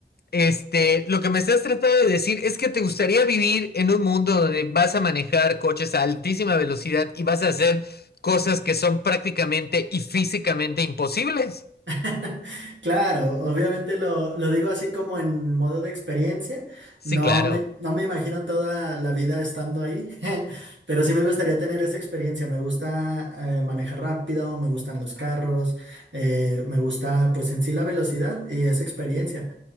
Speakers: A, on the left; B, on the right.
A: Este, lo que me estás tratando de decir es que te gustaría vivir en un mundo donde vas a manejar coches a altísima velocidad y vas a hacer cosas que son prácticamente y físicamente imposibles.
B: <laughs> Claro, obviamente lo, lo digo así como en modo de experiencia.
A: Sí,
B: No
A: claro.
B: me, no me imagino toda la vida estando ahí, <laughs> pero sí me gustaría tener esa experiencia. Me gusta eh, manejar rápido, me gustan los carros, eh, me gusta pues en sí la velocidad y esa experiencia.